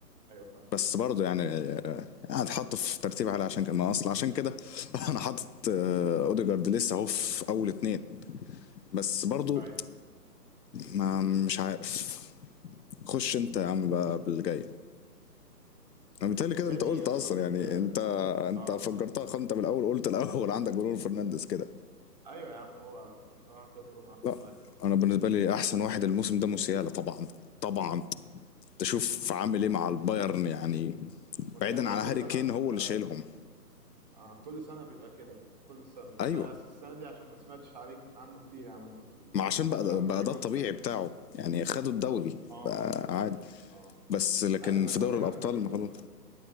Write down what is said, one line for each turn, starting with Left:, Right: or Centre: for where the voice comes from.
Right: أيوه فاهم
Left: بس برضه يعني آه، يعني اتحط في ترتيب عالي عشان كده ما اصل عشان كده <laughs> انا حاطط آه، اوديجارد لسه اهو في اول اتنين بس برضه
Right: أيوه
Left: ما مش عارف خش انت يا عم بقى بالجاي انا بالتالي كده
Right: تاني
Left: انت قلت
Right: أنا
Left: اصلا
Right: حاطط
Left: يعني
Right: آه
Left: انت انت
Right: آه،
Left: فجرتها خالص انت من الاول قلت الاول <laughs> عندك برونو فرنانديز كده
Right: أيوه يا عم هو بصراحة كده برونو أحسن
Left: لا
Right: واحد
Left: انا بالنسبه لي احسن واحد الموسم ده موسيالا طبعا طبعا تشوف عامل ايه مع البايرن يعني
Right: موسيالا
Left: بعيدا عن
Right: كل
Left: هاري
Right: سنة
Left: كين
Right: على فكرة
Left: هو اللي شايلهم
Right: اه كل سنة بيبقى كده كل السنة بس
Left: ايوه
Right: أنا السنة دي عشان ما سمعتش عليك عنه كتير يعني ما شفت يعني
Left: ما عشان
Right: ما سمعتش
Left: بقى ده-
Right: عنه
Left: بقى
Right: زي
Left: ده
Right: كل
Left: الطبيعي
Right: سنة يعني.
Left: بتاعه يعني خدوا الدوري
Right: اه
Left: بقى
Right: ممكن برضه
Left: عادي
Right: اه
Left: بس لكن
Right: عادي ما
Left: في
Right: الدوري
Left: دوري الابطال
Right: يعني بياخدوه
Left: ما
Right: كل
Left: خدوا
Right: سنة